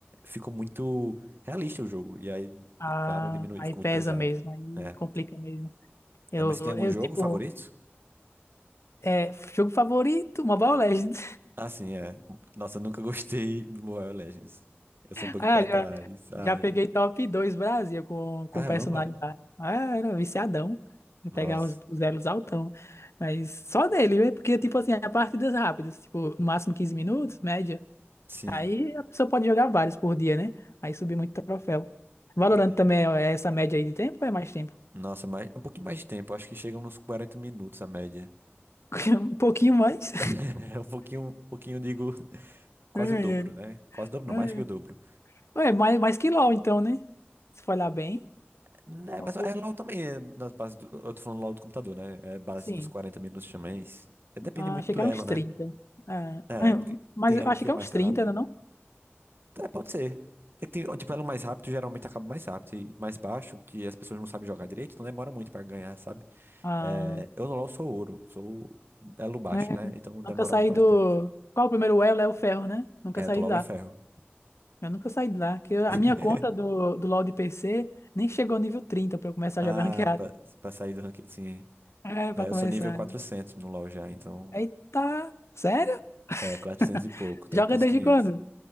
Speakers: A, on the right (about 55°); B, on the left (about 85°).
A: ficou muito realista o jogo. E aí,
B: Ah,
A: claro, diminui,
B: aí
A: ficou
B: pesa
A: muito pesado.
B: mesmo, aí
A: É.
B: complica mesmo. Eu,
A: É, mas você tem algum
B: eu
A: jogo
B: tipo,
A: favorito?
B: é, jogo favorito, Mobile Legends.
A: Ah, sim, é. Nossa, eu nunca <laughs> gostei do Mobile Legends. Eu sou um pouquinho
B: Ah,
A: pé
B: já,
A: atrás. Ai,
B: já peguei top 2 Brasil com, com
A: caramba.
B: personagem lá. Ah, era viciadão. Eu
A: Nossa,
B: Pegava os, os elos altão. Mas só dele, né? porque, tipo assim, é partidas rápidas, tipo, no máximo 15 minutos, média.
A: sim,
B: Aí a pessoa pode jogar vários por dia, né? Aí subir muito troféu. Valorant
A: entendi.
B: também é essa média aí de tempo ou é mais tempo?
A: Nossa, mas um pouquinho mais de tempo. Acho que chegam nos 40 minutos a média.
B: <laughs> Um pouquinho mais.
A: <laughs> É um pouquinho, um pouquinho, digo, <laughs> quase
B: Ai,
A: o dobro,
B: ai,
A: né? Quase o dobro,
B: ai.
A: não, mais que o dobro.
B: Ué, mais, mais que LOL, então, né? Se for olhar bem.
A: Né,
B: O-
A: mas
B: o-
A: é LOL também, é nas bases do, eu tô falando LOL do computador, né? É base
B: Sim.
A: dos 40 minutos também. É, depende
B: Ah,
A: muito
B: achei
A: do
B: que era
A: elo,
B: uns trinta,
A: né?
B: É,
A: É,
B: é,
A: porque
B: mas
A: tem
B: eu
A: elo
B: achei
A: que
B: que
A: é
B: é
A: mais
B: uns trinta
A: rápido.
B: não é não?
A: É, pode ser. É que tem, tipo, elo mais rápido geralmente acaba mais rápido. E mais baixo, que as pessoas não sabem jogar direito, então demora muito pra ganhar, sabe?
B: Ah,
A: É, eu no LoL sou ouro, sou elo baixo,
B: é,
A: né? Então demora
B: nunca saí
A: bastante.
B: do... Qual o primeiro elo? É o ferro, né? Nunca
A: É,
B: saí
A: eu tô LoL
B: de lá.
A: é ferro.
B: Eu nunca saí de lá. Que eu- a
A: <laughs>
B: minha conta do, do LoL de PC nem chegou ao nível trinta pra eu começar
A: Ah,
B: a jogar ranqueado.
A: pra, pra sair do ranking, sim.
B: É, pra
A: É,
B: começar.
A: eu sou nível 400 no LoL já, então
B: Eita! Sério?
A: é 400
B: <laughs>
A: e pouco, tô
B: Joga
A: indo pros
B: desde
A: 500.
B: quando?